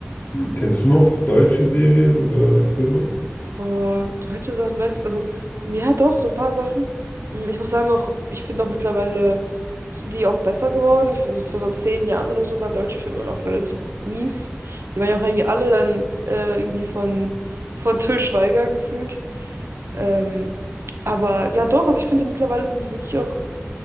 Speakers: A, on the left; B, on the right.
A: Hm, Kennst du noch deutsche Serien oder Filme?
B: Boah, deutsche Sachen weiß ich. Also, ja, doch, so ein paar Sachen. Mm, Ich muss sagen, auch, ich finde auch mittlerweile sind die auch besser geworden. Ich also vor so zehn Jahren oder so waren deutsche Filme noch relativ mies. Die waren ja auch irgendwie alle dann äh, irgendwie von, von Till Schweiger gefühlt. Ähm, aber ja, doch, also ich finde mittlerweile sind die wirklich auch